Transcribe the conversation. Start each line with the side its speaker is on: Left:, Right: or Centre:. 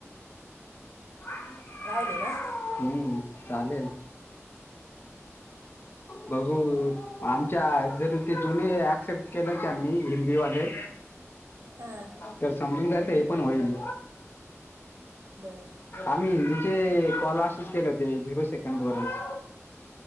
Left: ह
Right: राह दे ना.
Left: हम्म, चालेल. बघू आमच्या जर ते जुने ऍक्सेप्ट केले त्यांनी हिंदीवाले
Right: हां
Left: तर, समजून जायचं हे पण होईल.
Right: बरं.
Left: आम्ही हिंदीचे कॉल असेचं केले होते झिरो सेकंड वरच.